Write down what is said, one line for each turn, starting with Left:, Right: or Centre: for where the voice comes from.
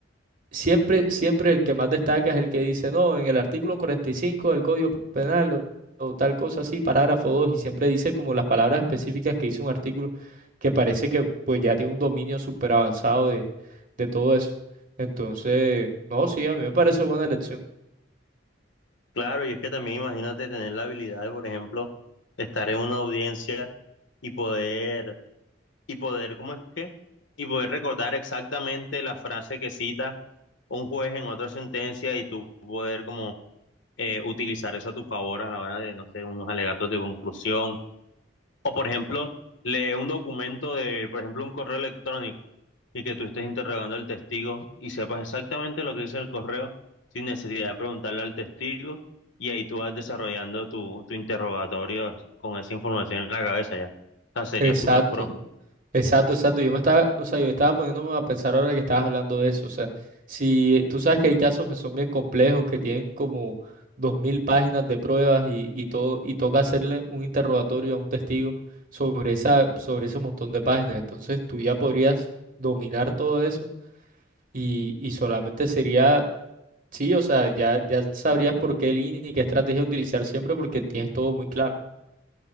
Right: Siempre, siempre el que más destaca es el que dice, no, en el artículo 45 del Código Penal o, o tal cosa así, parágrafo 2 y siempre dice como las palabras específicas que hizo un artículo que parece que pues ya tiene un dominio súper avanzado de, de todo eso. Entonces, no, sí, a mí me parece buena elección.
Left: Claro, y es que también imagínate tener la habilidad de, por ejemplo, estar en una audiencia y poder y poder, ¿cómo es que? Y poder recordar exactamente la frase que cita un juez en otra sentencia y tú poder como eh, utilizar eso a tu favor a la hora de, no sé, unos alegatos de conclusión. O, por ejemplo, lee un documento de, por ejemplo, un correo electrónico y que tú estés interrogando al testigo y sepas exactamente lo que dice el correo sin necesidad de preguntarle al testigo y ahí tú vas desarrollando tu, tu interrogatorio con esa información en la cabeza ya. O sea, sería
Right: Exacto.
Left: súper pro.
Right: Exacto, exacto. Yo me estaba, o sea, yo estaba poniéndome a pensar ahora que estabas hablando de eso. O sea, si eh, tú sabes que hay casos que son bien complejos, que tienen como dos mil páginas de pruebas y, y todo, y toca hacerle un interrogatorio a un testigo sobre esa, sobre ese montón de páginas. Entonces tú ya podrías dominar todo eso y, y solamente sería, sí, o sea, ya, ya sabrías por qué línea y qué estrategia utilizar siempre porque tienes todo muy claro.